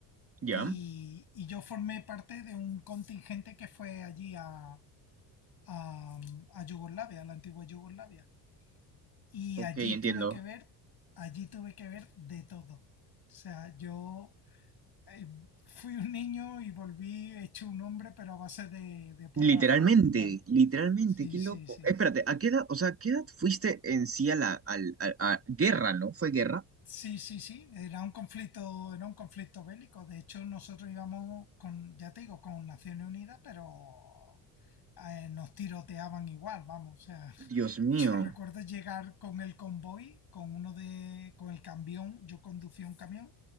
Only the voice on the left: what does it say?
y, y yo formé parte de un contingente que fue allí a, a, a Yugoslavia, a la antigua Yugoslavia. Y
allí
tuve que ver, allí tuve que ver de todo. O sea, yo eh, fui un niño y volví hecho un hombre, pero a base de, de porrazo,
¿vale?
Sí,
sí,
sí.
Sí, sí, sí, era un conflicto, era un conflicto bélico. De hecho, nosotros íbamos con, ya te digo, con Naciones Unidas, pero eh, nos tiroteaban igual, vamos. O sea,
<laughs> yo recuerdo llegar con el convoy, con uno de, con el camión, yo conducía un camión